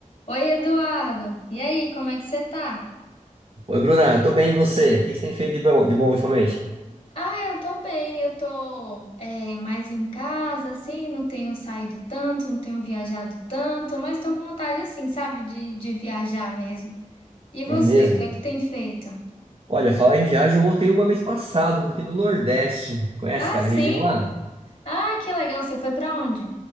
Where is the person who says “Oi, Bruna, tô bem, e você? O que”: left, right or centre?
Right